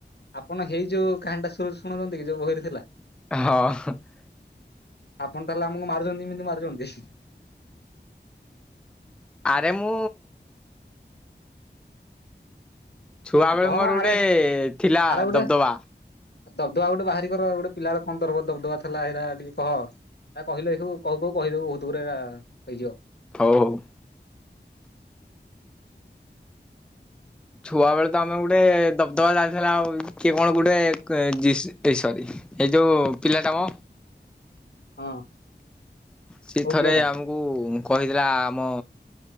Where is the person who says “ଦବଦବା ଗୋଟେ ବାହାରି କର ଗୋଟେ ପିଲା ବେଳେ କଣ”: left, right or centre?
Left